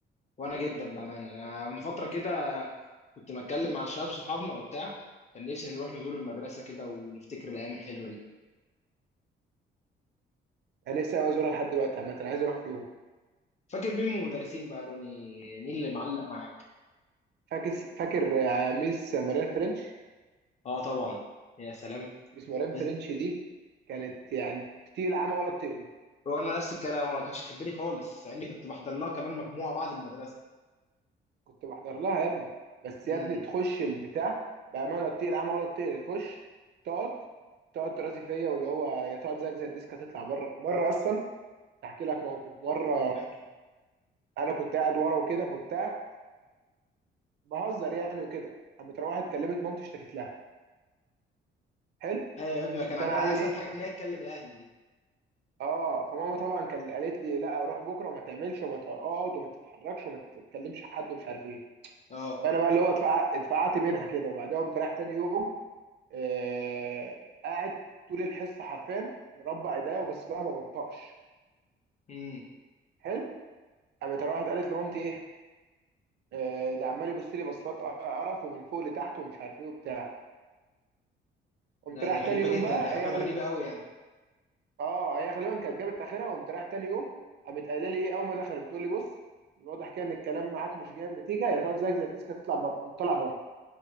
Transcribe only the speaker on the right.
انا نفسي أوي ازورها لحد دلوقتي عامه انا عايز اروح في يوم
فاكر فاكر آه، ميس موريان فرنش
ميس موريان
فرنش دي كانت يعني تطير العمى ولا تطيقني
كنت بحضر لها يا ابني بس
يا ابني تخش البتاع بامانه تطير العمى ولا تطيقني تخش تقعد تقعد ترازي فيا واللي هو يا تقعد زيك زي الديسك هتطلع بره مره اصلا احكي لك موقف مره
انا كنت قاعد ورا وكده فبتاع بهزر يعني وكده قامت روحت كلمت مامتي اشتكت لها حلو
قمت
انا عامل
ايه
اه فماما طبعا كان قالت لي لا روح بكره وما تعملش وما تقعد وما تتحركش وما تتكلمش حد ومش عارف ايه
فانا بقى اللي هو اتفع- اتفقعت بينها كده وبعدها قمت رايح تاني يوم آه قاعد طول الحصه حرفيا مربع ايديا وبص لها ما بنطقش
حلو قامت روحت قالت لمامتي ايه آه ده عمال يبص لي بصات قرف ومن فوق لتحت ومش عارف ايه وبتاع قمت
رايح
تاني يوم
بقى
هي
اه هي غالبا كانت جابت اخرها وقمت رايح تاني يوم قامت قايله لي ايه اول ما دخلت بتقول لي بص من الواضح كده ان الكلام معاك مش جايب نتيجه يا تقعد زيك زي الديسك هتطلع بره قمت طالع بره